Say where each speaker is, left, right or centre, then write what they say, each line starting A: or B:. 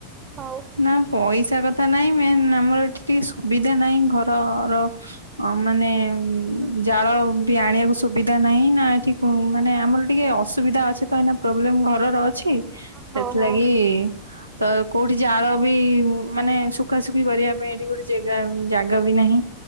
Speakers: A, on the right (about 25°); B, on the right (about 85°).
A: ହଉ।
B: ନା ପଇସା କଥା ନାଇଁ ମେନ୍ ଆମର ଏଠି ଟିକେ ସୁବିଧା ନାହିଁ ଘରର ହ ମାନେ
A: ରୋଷେଇ
B: ଜାଳ
A: କରିବା
B: ବି ଆଣିବାକୁ ସୁବିଧା ନାହିଁ ନା ଏଠି ମାନେ ଆମର ଟିକେ ଅସୁବିଧା ଅଛି ତ ଏନା ପ୍ରୋବ୍ଲେମ୍ ଘରର ଅଛି?
A: ହଉ
B: ସେଥିଲାଗି
A: ହଉ
B: ତ କୋଉ ଏଠି ଜାଳ ବି ମାନେ ସୁଖାସୁଖି କରିବା ପାଇଁ ଏଠି ଗୋଟେ ଜାଗା ଜାଗା ବି ନାହିଁ।